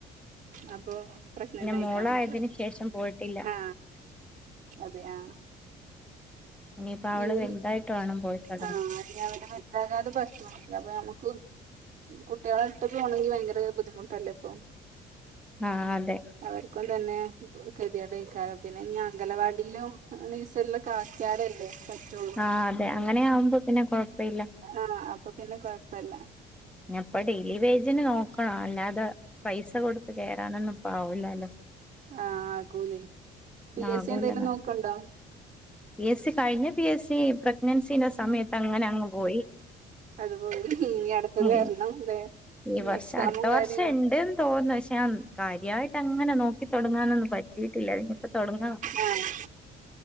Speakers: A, on the right; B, in the centre.
A: അപ്പൊ പ്രഗ്നന്റ് ആയി
B: മോളായതിന്
A: കാണും
B: ശേഷം പോയിട്ടില്ല
A: ആ അതെ ആ
B: ഇനിയിപ്പോ അവള്
A: ഇനി
B: വലുതായിട്ട് വേണം പോയി തുടങ്ങാൻ
A: ആ അ അ <unintelligible> അപ്പൊ മ്മ കു കുട്ടിളെ ട്ട് പോണങ്കി ഭയങ്കര ബുദ്ധിമുട്ടല്ലേ ഇപ്പൊ?
B: ആഹ് അതെ
A: അവർക്കും തന്നെ കെതിയേടെക്കാരം പിന്നെ ഇനി അംഗലവാടിലോ നേഴ്സറിലൊക്കെ ആക്ക്യാലല്ലേ പറ്റൂ ള്ളു
B: ആഹ് അതെ അങ്ങനെ ആവുമ്പോ പിന്നെ കൊഴപ്പയില്ല
A: ആഹ അപ്പൊ പിന്നെ കൊഴപ്പല്ല
B: ഞാൻ പ്പൊ ഡെയിലി വേജിന് നോക്കണോ അല്ലാതെ പൈസ കൊടുത്ത് കേയറാനൊന്നുംപ്പോ ആവൂല്ലല്ലോ
A: ആഹ ആ കൂലി പി
B: ആകൂല
A: എസ് സി എന്തെലും നോക്കണ്ടോ
B: പി എസ് സി കഴിഞ്ഞ പി എസ് സി പ്രെഗ്നന്റ് സീന്റെ സമയത്ത് അങ്ങനെ അങ്ങ് പോയി
A: അതുപോലെ ഇനി അടുത്തത്
B: ഉ
A: വരണം അതെ
B: ഈ വർഷം
A: എക്സാമും
B: അടുത്ത
A: കാര്യങ്ങളും
B: വർഷം ഉണ്ട്ന്ന് തോന്നു പക്ഷേ ഞാൻ കാര്യമായി ട്ടങ്ങനെ നോക്കി തുടങ്ങാാനൊന്നും പറ്റിട്ടില്ല നിങ്ങക്ക് തുടങ്ങാം
A: ആഹ്